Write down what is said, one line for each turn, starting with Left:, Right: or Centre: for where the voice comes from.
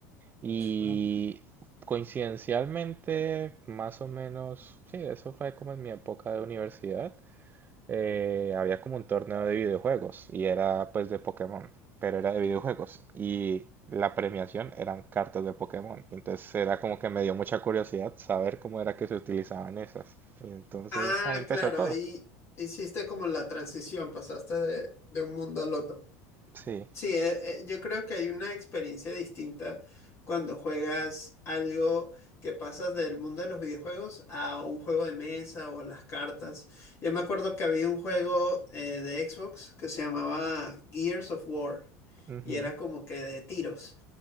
Right: Y
Left: Mm.
Right: coincidencialmente, más o menos, sí, eso fue como en mi época de universidad, eh, había como un torneo de videojuegos y era pues de Pokémon, pero era de videojuegos y la premiación eran cartas de Pokémon. Entonces era como que me dio mucha curiosidad saber cómo era que se utilizaban esas. Y entonces
Left: Ah,
Right: ahí empezó
Left: claro,
Right: todo.
Left: ahí hiciste como la transición, pasaste de, de un mundo al otro.
Right: Sí,
Left: Sí, eh, eh, yo creo que hay una experiencia distinta cuando juegas algo que pasas del mundo de los videojuegos a un juego de mesa o a las cartas. Yo me acuerdo que había un juego eh, de Xbox que se llamaba Gears of War
Right: ujú,
Left: y era como que de tiros.